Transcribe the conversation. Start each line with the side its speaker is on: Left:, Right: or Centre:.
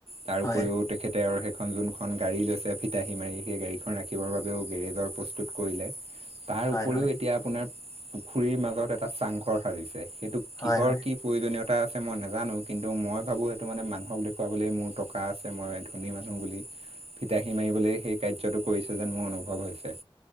Right: তাৰ
Left: হয়
Right: উপৰিও। তেখেতে আৰু সেইখন যোনখন গাড়ী লৈছে ফিতাহী মাৰি সেই গাড়ীখন ৰাখিবৰ বাবেও গেৰেজৰ প্ৰস্তুত। কৰিলে। তাৰ
Left: হয়
Right: উপৰিও
Left: হয়
Right: এতিয়া আপোনাৰ পুখুৰীৰ মাজত এটা চাংঘৰ সাজিছে সেইটো কিহৰ
Left: হয় হয়
Right: কি। প্ৰয়োজনীয়তা আছে মই নাজানো কিন্তু ভাবো সেইটো মানে মানুহক দেখুৱাবলৈ মোৰ ত থকা আছে মই ধনী মানুহ বুলি ফিতাহী মাৰিবলৈ সেই কাৰ্যটো কৰিছে যেন মোৰ অনুভৱ হৈছে।